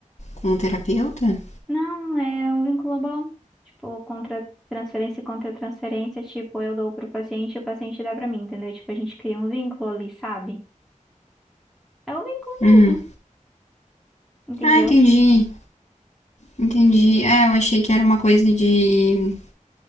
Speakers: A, on the left; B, in the centre.
A: com o terapeuta?
B: Não, é um vínculo bom. Tipo, contra transferência e contra transferência, tipo, eu dou pro paciente e o paciente dá pra mim, entendeu? Tipo, a gente cria um vínculo ali, sabe? É o vínculo
A: Hum.
B: mesmo, entendeu?
A: Ah, entendi. Entendi. É, eu achei que era uma coisa de.